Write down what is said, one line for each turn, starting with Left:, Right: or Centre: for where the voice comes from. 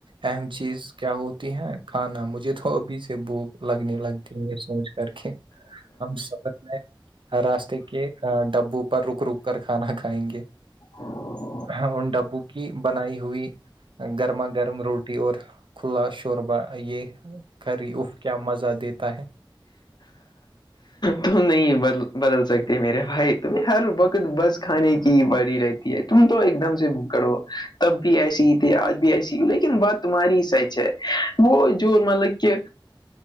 Right: اہم چیز کیا ہوتی ہے کھانا مجھے تھابی سے بھوک لگنے لگتی ہے سوچھ کر کے ہم سفر میں ہ راستے کے ڈبو پر رک رک کر کھانا کھائیں گے
Left: ہاں
Right: ہ ان ڈبوں کی بنائی ہوئی گرما گرم روٹی اور کھلا شوربہ یہ خری اف کیا مزہ دیتا ہے
Left: ت نہیں بدل سکتے میرے بھائی تم ہر وقت بس کھانے کی پڑی رہتی ہے تم تو ایک دم سے ب کرو تب بھی ایسسی ہی تھے آج بھی ایسی لیکن بات تو تمہاری سچھ ہے وہ جو مطلب کہ